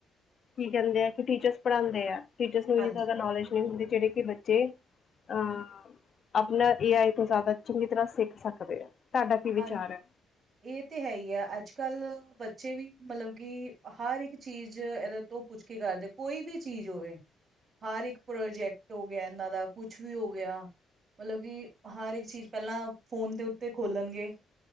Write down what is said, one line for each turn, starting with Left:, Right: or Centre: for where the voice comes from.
Left: ਕੀ ਕਹਿੰਦੇ ਆ ਕਿ ਟੀਚਰਸ ਪੜਾਂਦੇ ਆ ਟੀਚਰ ਨੂੰ
Right: ਹਾਂਜੀ।
Left: ਐਨੀ ਜ਼ਿਆਦਾ ਨੌਲੇਜ ਹੁੰਦੇ ਜਿਹੜੇ ਕਿ ਬੱਚੇ ਅਹ ਆਪਣਾ ਏ ਆਈ ਤੋਂ ਜ਼ਿਆਦਾ ਚੰਗੀ ਤਰ੍ਹਾਂ ਸਿੱਖ ਸਕਦੇ ਆ। ਤੁਹਾਡਾ ਕੀ ਵਿਚਾਰ
Right: ਹਾਂ
Left: ਹੈ?
Right: ਇਹ ਤਾਂ ਹੈ ਹੀ ਆ ਅੱਜ ਕੱਲ੍ਹ ਬੱਚੇ ਵੀ ਮਤਲਬ ਕਿ ਹਰ ਇੱਕ ਚੀਜ਼ ਇਹਦੇ ਤੋਂ ਉਹ ਪੁੱਛ ਕੇ ਕਰਦੇ ਕੋਈ ਵੀ ਚੀਜ਼ ਹੋਵੇ। ਹਰ ਇੱਕ ਪ੍ਰੋਜੈਕਟ ਹੋ ਗਿਆ, ਇਹਨਾਂ ਦਾ ਕੁਛ ਵੀ ਹੋ ਗਿਆ। ਮਤਲਬ ਕਿ ਹਰ ਇੱਕ ਚੀਜ਼ ਪਹਿਲਾਂ ਫੋਨ ਦੇ ਉੱਤੇ ਖੋਲਣਗੇ